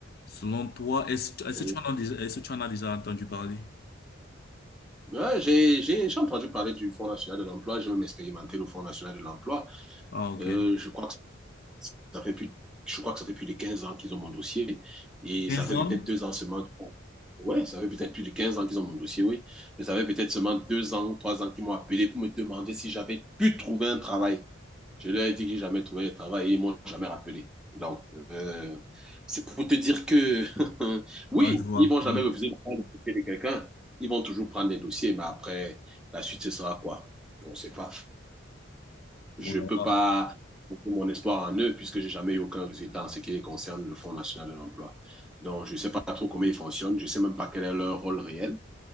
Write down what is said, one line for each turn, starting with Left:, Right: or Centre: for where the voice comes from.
Left: Selon toi, est-ce, est-ce
Centre: ouais,
Left: que
Centre: ouais.
Left: tu en as déjà, est-ce que tu en as déjà entendu parler?
Centre: Ouais, j'ai, j'ai, j'ai entendu parler du Fonds national de l'emploi, j'ai même expérimenté le Fonds national de l'emploi.
Left: Ah, ok.
Centre: Euh, je crois que ça fait plus, je crois que ça fait plus de 15 ans qu'ils ont mon dossier et
Left: Des
Centre: ça fait
Left: hommes?
Centre: peut-être deux ans seulement. Ouais, ça fait peut-être plus de 15 ans qu'ils ont mon dossier, oui. Mais ça fait peut-être seulement deux ans, trois ans qu'ils m'ont appelé pour me demander si j'avais pu trouver un travail. Je leur ai dit que j'ai jamais trouvé de travail et ils m'ont jamais rappelé. Donc, euh, c'est pour te dire que <laughs> oui,
Left: Ah, je vois.
Centre: ils vont jamais
Left: Oui.
Centre: refuser de prendre le dossier de quelqu'un. Ils vont toujours prendre des dossiers, mais après, la suite, ce sera quoi? On ne sait pas. Je
Left: Oh
Centre: peux
Left: là
Centre: pas mettre mon espoir en eux puisque j'ai jamais eu aucun résultat en ce qui concerne le Fonds national de l'emploi. Donc, je ne sais pas trop comment ils fonctionnent. Je ne sais même pas quel est leur rôle réel.